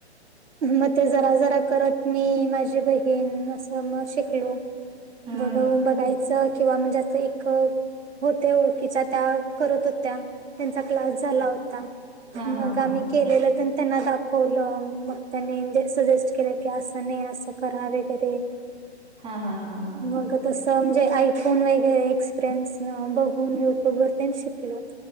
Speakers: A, on the right; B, on the right.
A: मग ते जरा जरा करत मी माझी बहीण असं मग शिकलो
B: हां.
A: बघ बघायचं किंवा म्हणजेच एक होते ओळखीच्या त्या करत होत्या त्यांचा क्लास झाला होता
B: हा
A: मग
B: हा
A: आम्ही
B: हा
A: केलेलं त्यां त्यांना दाखवलं मग त्यांनी सजेस्ट केलं की असं नाही असं करा वगैरे
B: हा हा हा हा
A: मग तसं म्हणजे आयफोन वगैरे एक्सपिरियन्स बघून युट्यूब वर शिकल